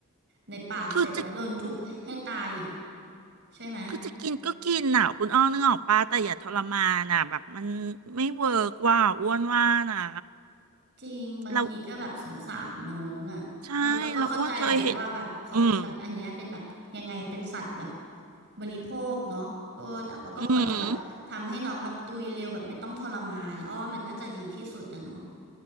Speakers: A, on the right; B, on the right.
A: ในปากเสร็จแล้วโดนทุบให้ตายอีก
B: คือจะ
A: ใช่ไหม
B: คือจะกินก็กินน่ะคุณอ้อนึกออกปะแต่อย่าทรมานน่ะแบบมันไม่เวิร์กว่าอ้วนว่านะ
A: จริงบางทีก็แบบสงสารน้องอ่ะเออแต่ก็เข้าใจแหละว่าแบบเขาเป็นแบบอันเนี้ยเป็นแบบยังไงเป็นสัตว์แบบ
B: เราใช่เราอ้วนเคยเห็นอืม
A: บริโภคเนาะเออแต่ว่าก็ควรจะแบบทำให้น้องแบบตุยเร็วแบบไม่ต้องทรมานอ้อว่ามันน่าจะดีที่สุดอะเนาะ
B: อืม